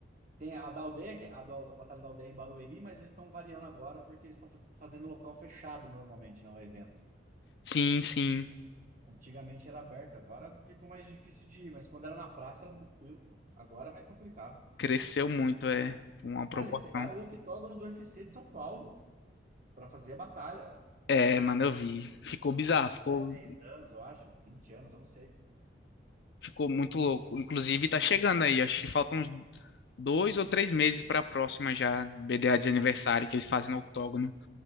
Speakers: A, on the right; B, on the left.
A: tem a da aldeia, que é a, do- a Batalha da Aldeia em Barueri, mas eles estão variando agora porque eles estão fa- fazendo em local fechado normalmente, não é evento.
B: Sim, sim,
A: Antigamente era aberto, agora ficou mais difícil de ir, mas quando era na praça era tranquilo, pô. Agora é mais complicado.
B: cresceu muito, é uma proporção.
A: Cara, eles pegaram o octógono do UFC de São Paulo para fazer a batalha.
B: É, mano, eu vi. Ficou bizarro,
A: Foi evento
B: ficou,
A: há 10 anos, eu acho, vinte anos, eu não sei.
B: ficou muito louco. Inclusive, tá chegando aí, acho que faltam uns dois ou três meses pra próxima já, BDA de aniversário que eles fazem no octógono.